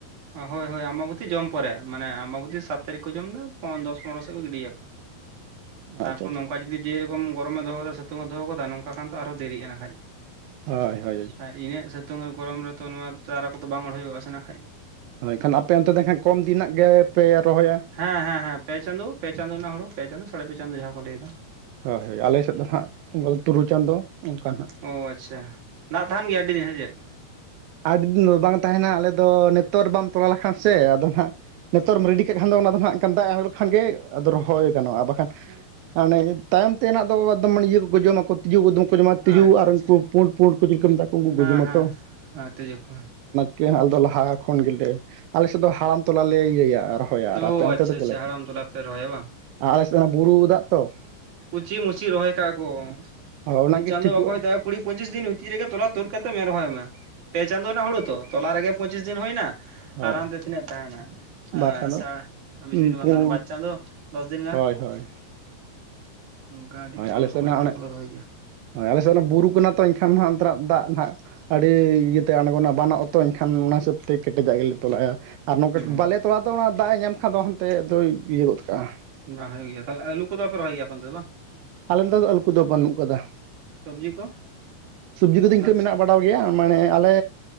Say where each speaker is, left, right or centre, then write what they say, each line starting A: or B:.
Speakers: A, on the right (about 50°); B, on the right (about 80°).
A: ᱦᱳᱭ ᱦᱳᱭ ᱟᱢᱵᱟᱵᱩᱛᱤ ᱡᱚᱢ ᱯᱚᱨᱮ, ᱢᱟᱱᱮ ᱟᱢᱵᱟᱵᱩᱛᱤ ᱥᱟᱛ ᱛᱟᱹᱨᱤᱠ ᱠᱚ ᱡᱚᱢ ᱫᱟ ᱯᱚᱸ ᱫᱚᱥ ᱯᱚᱱᱨᱚ ᱥᱮᱫ ᱠᱚ ᱜᱤᱰᱤᱭᱟ ᱾ <unintelligible> ᱛᱟᱨᱯᱚᱨ
B: ᱟᱪᱪᱷᱟ ᱟᱪᱪᱷᱟ
A: ᱱᱚᱝᱠᱟ ᱡᱩᱫᱤ ᱡᱮᱨᱚᱠᱚᱢ ᱜᱚᱨᱚᱢᱮ ᱫᱚᱦᱚ ᱠᱟᱫᱟ ᱥᱤᱛᱩᱝ ᱮ ᱫᱚᱦᱚ ᱠᱟᱫᱟ ᱱᱚᱝᱠᱟ ᱠᱷᱟᱱ ᱛᱚ ᱟᱨᱦᱚᱸ ᱫᱮᱨᱤᱜ-ᱟ ᱱᱟᱦᱟᱡ ᱾
B: ᱦᱚᱭ ᱦᱚᱭ ᱾
A: ᱟᱨ ᱤᱱᱟᱹᱜ ᱥᱤᱛᱩᱝ ᱟᱨ ᱜᱚᱨᱚᱢ ᱨᱮᱛᱚ ᱱᱚᱣᱟ ᱛᱚ ᱪᱟᱨᱟ ᱠᱚᱛᱚ ᱵᱟᱝ ᱚᱲ ᱦᱩᱭᱩᱜ-ᱟ ᱥᱮ ᱱᱟᱜ ᱠᱷᱟᱡ ᱾
B: ᱦᱚᱭ ᱮᱱᱠᱷᱟᱱ ᱟᱯᱮ ᱚᱱᱛᱮ ᱫᱚ ᱦᱟᱸᱜ ᱠᱚᱢ ᱫᱤᱱᱟᱜ ᱜᱮᱯᱮ ᱨᱚᱦᱚᱭᱟ?
A: ᱦᱮᱸ ᱦᱮᱸ ᱦᱮᱸ ᱯᱮ ᱪᱟᱸᱫᱳ, ᱯᱮ ᱪᱟᱸᱫᱳ ᱱᱟᱜ ᱦᱩᱲᱩ ᱯᱮ ᱪᱟᱸᱫᱳ ᱥᱟᱲᱮ ᱯᱮ ᱪᱟᱸᱫᱳ ᱡᱟᱦᱟ ᱠᱚ ᱞᱟᱹᱭ ᱫᱟ ᱾
B: ᱦᱚᱭ ᱦᱚᱭ, ᱟᱞᱮ ᱥᱮᱫ ᱫᱚ ᱦᱟᱸᱜ ᱚᱱᱠᱟ ᱫᱚ ᱛᱩᱨᱩᱭ ᱪᱟᱸᱫᱚ ᱚᱱᱠᱟ ᱦᱟᱸᱜ ᱾
A: ᱚ ᱟᱪᱪᱷᱟ ᱾ ᱱᱟᱜ ᱛᱟᱸᱦᱮᱱ ᱜᱮᱭᱟ ᱟᱹᱰᱤ ᱫᱤᱱ ᱥᱮ ᱪᱮᱫ?
B: ᱟᱹᱰᱤ ᱫᱤᱱ ᱫᱚ ᱵᱟᱝ ᱛᱟᱸᱦᱮᱱᱟ ᱟᱞᱮ ᱫᱚ ᱱᱮᱛᱚᱜ ᱨᱮ ᱵᱟᱢ ᱛᱚᱞᱟ ᱞᱮᱠᱷᱟᱱ ᱥᱮ ᱟᱫᱚ ᱱᱟᱜᱼᱼ ᱱᱮᱛᱟᱨ ᱨᱮᱢ ᱨᱮᱰᱤ ᱠᱟᱜ ᱠᱷᱟᱱ ᱫᱚ ᱚᱱᱟ ᱫᱚ ᱦᱟᱸᱜ ᱠᱷᱟᱱ ᱫᱟᱜ ᱟᱸᱬᱜᱚ ᱞᱮᱠᱷᱟᱱ ᱜᱮ ᱟᱫᱚ ᱨᱚᱦᱚᱭ ᱜᱟᱱᱚᱜᱼᱟ, ᱵᱟᱠᱷᱟᱱᱼᱼ
A: ᱦᱮᱸ ᱾
B: ᱦᱟᱱᱮ ᱛᱟᱭᱚᱢ ᱛᱮᱱᱟᱜ ᱫᱚ ᱮᱠᱫᱚᱢ ᱤᱭᱟᱹ ᱠᱚᱠᱚ ᱡᱚᱢᱟᱠᱚ ᱾ ᱛᱤᱡᱩ ᱠᱚ ᱫᱚᱢᱮ ᱠᱚ ᱡᱚᱢᱟ
A: ᱟᱪᱪᱷᱟ
B: ᱛᱤᱡᱩ ᱟᱨ
A: ᱟᱪᱪᱷᱟ
B: ᱩᱱᱠᱩ ᱯᱩᱸᱲ ᱯᱩᱸᱲ ᱠᱚ ᱪᱤᱞᱤ ᱠᱚ ᱢᱮᱛᱟ ᱠᱚ ᱩᱝᱠᱩ
A: ᱦᱮᱸ
B: ᱠᱚ ᱡᱚᱢᱟᱛᱚ
A: ᱦᱮᱸ
B: ᱾
A: ᱦᱮᱸ ᱛᱤᱡᱩ ᱠᱚᱼᱼ
B: ᱠᱮ ᱟᱞᱮ ᱫᱚ ᱞᱟᱦᱟ ᱠᱷᱚᱱ ᱜᱮᱞᱮ ᱟᱞᱮ ᱥᱮᱫ ᱫᱚ ᱦᱟᱲᱟᱢ ᱛᱚᱞᱟ ᱞᱮ ᱤᱭᱟᱹᱭᱟ ᱨᱚᱼᱼ ᱦᱚᱭᱟ, ᱟᱨ
A: ᱚ
B: ᱟᱯᱮ ᱚᱱᱛᱮ
A: ᱟᱪᱪᱷᱟ
B: ᱫᱚ ᱪᱮᱫ
A: ᱟᱪᱪᱷᱟ
B: ᱞᱮᱠᱟ?
A: ᱦᱟᱲᱟᱢ ᱛᱚᱞᱟ ᱯᱮ ᱨᱚᱦᱚᱭᱟ ᱵᱟᱝ
B: ᱟᱨ ᱟᱞᱮ ᱥᱮᱫ ᱦᱚᱸ ᱵᱩᱨᱩ ᱫᱟᱜ ᱛᱚ ᱾
A: ᱠᱩᱪᱤ ᱢᱩᱪᱤ ᱨᱚᱦᱚᱭ ᱠᱟᱜᱼᱟ ᱠᱚ,
B: ᱦᱳᱭ ᱚᱱᱟᱜᱮ
A: ᱢᱤᱫ ᱪᱟᱸᱫᱚ
B: ᱴᱷᱤᱠᱚᱜᱼᱟ
A: ᱵᱟᱠᱚ ᱦᱩᱭ ᱛᱟᱠᱼᱼ ᱠᱩᱲᱤ ᱯᱚᱸᱪᱤᱥ ᱫᱤᱱ ᱵᱷᱤᱛᱤᱨ ᱨᱮᱜᱮ ᱛᱚᱞᱟ ᱛᱩᱫ ᱠᱟᱛᱮᱫ ᱨᱚᱦᱚᱭ ᱢᱮ, ᱯᱮ ᱪᱟᱸᱫᱳ ᱨᱮᱱᱟᱜ ᱦᱳᱲᱩ ᱛᱟ ᱛᱚᱞᱟ ᱨᱮᱜᱮ ᱯᱚᱸᱪᱤᱥ ᱫᱤᱱ ᱦᱩᱭᱮᱱᱟ ᱾
B: ᱦᱳᱭ
A: ᱟᱨ ᱦᱟᱱᱛᱮ ᱛᱤᱱᱟᱹᱜ ᱛᱟᱦᱮᱱᱟ, ᱮᱸ
B: ᱵᱟᱨ ᱪᱟᱸᱫᱚ
A: ᱥᱟ ᱵᱤᱥᱤ ᱫᱤᱱ ᱵᱟᱝ
B: ᱯᱩᱱ
A: ᱛᱟᱦᱮᱱᱟ ᱵᱟᱨ ᱪᱟᱸᱫᱚᱼᱼ ᱫᱚᱥ ᱫᱤᱱ ᱜᱟᱱ,
B: ᱦᱳᱭ ᱦᱳᱭ
A: ᱚᱱᱠᱟ ᱜᱮ
B: ᱦᱳᱭ
A: ᱠᱚᱢ
B: ᱟᱞᱮ
A: ᱥᱚᱢᱚᱭ
B: ᱥᱮᱫ
A: ᱨᱮᱱᱟᱜ
B: ᱦᱟᱸᱜ
A: ᱦᱩᱲᱩ
B: ᱚᱱᱮ
A: ᱠᱚᱫᱚ ᱨᱚᱦᱚᱭ ᱜᱮᱭᱟ ᱾
B: ᱦᱳᱭ ᱟᱞᱮ ᱥᱮᱫ ᱫᱚ ᱵᱩᱨᱩ ᱠᱟᱱᱟ ᱛᱚ, ᱮᱱᱠᱷᱟᱱ ᱦᱟᱸᱜ ᱚᱱᱛᱮᱱᱟᱜ ᱫᱟᱜ ᱱᱟᱸᱜᱼᱼ ᱟᱹᱰᱤ ᱤᱭᱟᱹᱛᱮ ᱟᱸᱬᱜᱚᱱᱟ ᱵᱟᱱᱚᱜᱼᱟ ᱛᱚ, ᱮᱱᱠᱷᱟᱱ ᱚᱱᱟ ᱦᱤᱥᱟᱹᱵᱽ ᱛᱮ ᱠᱮᱴᱮᱡᱟᱜ ᱜᱮᱞᱮ ᱛᱚᱞᱟᱭᱟ ᱾ ᱟᱨ ᱱᱚᱝᱠᱟ
A: ᱦᱩᱸ
B: ᱵᱟᱞᱮ ᱛᱚᱲᱟ ᱫᱚ ᱚᱱᱟ ᱫᱟᱜ ᱮ ᱧᱟᱢ ᱠᱷᱟᱱ ᱫᱚ ᱚᱦᱚᱢ ᱛᱮᱜᱮᱭ ᱫᱚᱭ ᱤᱭᱟᱹ ᱜᱚᱫ ᱠᱟᱜᱼᱟ ᱾
A: ᱵᱟᱝ ᱦᱩᱭᱩᱜ ᱜᱮᱭᱟ, ᱛᱟᱞᱦᱮ ᱟᱞᱩ ᱠᱚᱫᱚ ᱵᱟᱯᱮ ᱨᱚᱦᱚᱭ ᱜᱮᱭᱟ ᱟᱯᱮ ᱚᱱᱛᱮ ᱫᱚ?
B: ᱟᱞᱮ ᱱᱚᱛᱟ ᱫᱚ ᱟᱞᱩ ᱠᱚᱫᱚ ᱵᱟᱹᱱᱩᱜ ᱠᱟᱫᱟ,
A: ᱥᱚᱵᱽᱡᱤ ᱠᱚ
B: ᱥᱚᱵᱽᱡᱤ ᱠᱚᱫᱚ
A: ᱟᱱᱟᱡᱽ
B: ᱤᱱᱠᱟᱹ ᱢᱮᱱᱟᱜᱼᱟ ᱾ ᱵᱟᱲᱟᱣ ᱜᱮᱭᱟ ᱢᱟᱱᱮ ᱟᱞᱮ,